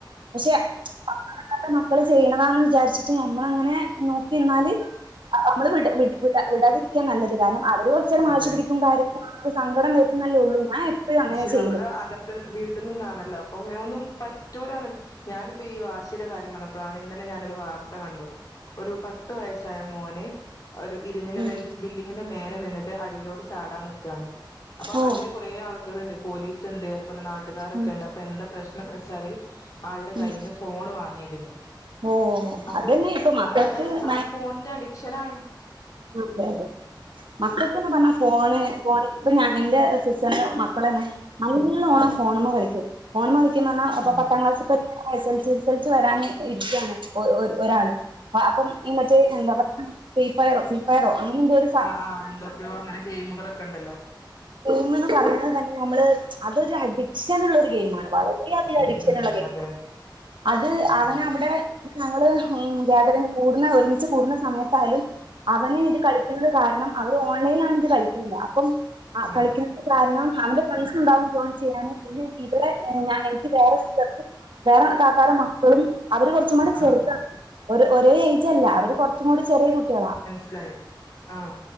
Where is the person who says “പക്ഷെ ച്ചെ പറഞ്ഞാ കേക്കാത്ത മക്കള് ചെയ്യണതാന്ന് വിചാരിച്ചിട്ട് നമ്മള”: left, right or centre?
Right